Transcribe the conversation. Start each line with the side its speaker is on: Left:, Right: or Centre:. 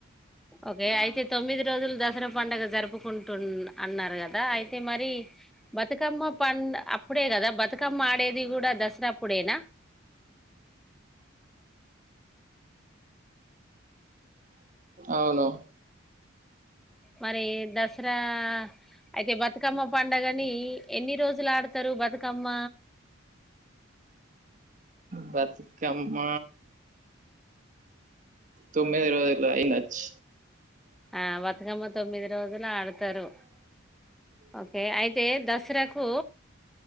Centre: ఓకే అయితే తొమ్మిది రోజులు దసరా పండగ జరుపుకుంటున్ అన్నారు కదా అయితే అయితే మరి బతుకమ్మ పండ్ అప్పుడే కదా బతుకమ్మ ఆడేది కూడా దసరా అప్పుడేనా
Right: అవును
Centre: మరి దసరా అయితే బతుకమ్మ పండుగని ఎన్ని రోజులు ఆడతారు బతుకమ్మ
Right: బతుకమ్మ తొమ్మిది రోజులు అయినచ్
Centre: ఆ బతుకమ్మ తొమ్మిది రోజులు ఆడతారు ఓకే అయితే దసరాకు